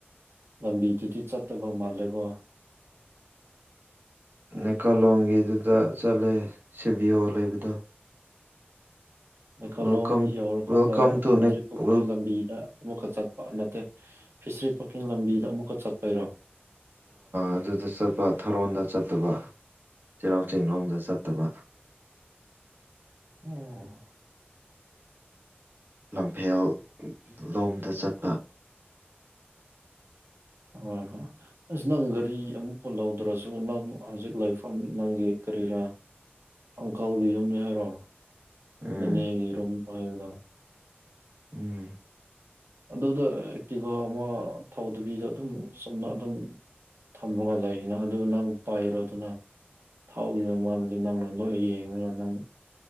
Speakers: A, on the right; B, on the right.
A: ꯂꯝꯕꯤꯗꯨꯗꯤ ꯆꯠꯇꯕ ꯃꯥꯜꯂꯦꯀꯣ
B: ꯅꯩꯀꯥꯂꯣꯡꯒꯤꯗꯨꯗ ꯆꯠꯂꯦ ꯁꯤꯕꯤꯌꯣꯜ ꯂꯩꯕꯗꯣ
A: ꯂꯩꯀꯣꯂꯣꯡ
B: ꯋꯦꯜꯀꯝ
A: ꯌꯧꯔꯀꯥꯟꯗ
B: ꯋꯦꯜꯀꯝ ꯇꯨ
A: ꯃꯟꯇ꯭ꯔꯤ
B: ꯅꯦꯛ
A: ꯄꯨꯈ꯭ꯔꯤ
B: ꯋꯦꯜ
A: ꯂꯝꯕꯤꯗ ꯑꯃꯨꯛꯀ ꯆꯠꯄ ꯅꯠꯇꯦ ꯐꯤꯁꯔꯤ ꯄꯥꯔꯀꯤꯡ ꯂꯝꯕꯤꯗ ꯑꯃꯨꯛꯀ ꯆꯠꯄꯩꯔꯣ
B: ꯑꯗꯨꯗ ꯆꯠꯄ ꯊꯥꯔꯣꯟꯗ ꯆꯠꯇꯕ ꯆꯩꯔꯥꯛ ꯆꯤꯡ ꯂꯣꯝꯗ ꯆꯠꯇꯕ
A: ꯎꯝ
B: ꯂꯝꯐꯦꯜ ꯂꯣꯝꯗ ꯆꯠꯄ
A: ꯍꯣꯏ ꯍꯣꯏ ꯑꯁ ꯅꯪ ꯒꯥꯔꯤ ꯑꯃꯨꯛꯀ ꯂꯧꯗ꯭ꯔꯁꯨ ꯅꯪ ꯍꯧꯖꯤꯛ ꯂꯩꯐꯝ ꯅꯪꯒꯤ ꯀꯔꯤꯔꯥ ꯑꯪꯀꯥꯎꯒꯤ ꯌꯨꯝꯅꯤ ꯍꯥꯏꯔꯣ
B: ꯎꯝ
A: ꯃꯤꯅꯦ ꯌꯦꯔꯨꯝ ꯄꯥꯏꯨꯗ
B: ꯎꯝ
A: ꯑꯗꯨꯗ ꯑꯦꯛꯇꯤꯒ ꯑꯃ ꯊꯥꯎꯗꯕꯤꯗ ꯑꯗꯨꯝ ꯆꯝꯅ ꯑꯗꯨꯝ ꯊꯝꯃꯒ ꯂꯩꯔꯤꯅ ꯑꯗꯨ ꯅꯪ ꯄꯥꯏꯔꯗꯨꯅ ꯊꯥꯎꯒꯤꯅ ꯃꯗꯤ ꯅꯪꯅ ꯂꯣꯏ ꯌꯦꯡꯉꯅꯤ ꯅꯪ